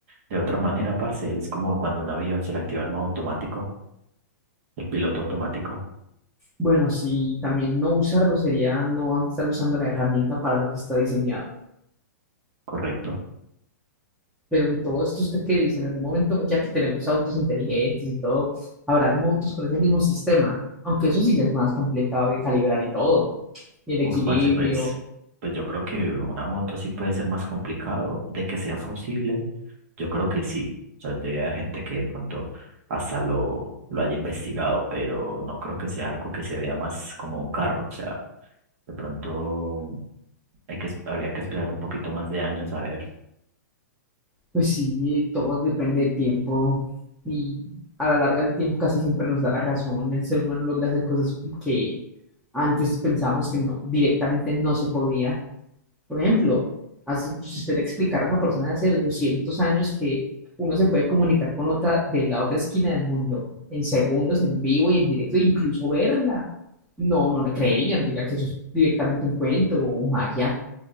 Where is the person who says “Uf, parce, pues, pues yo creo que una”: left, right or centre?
Right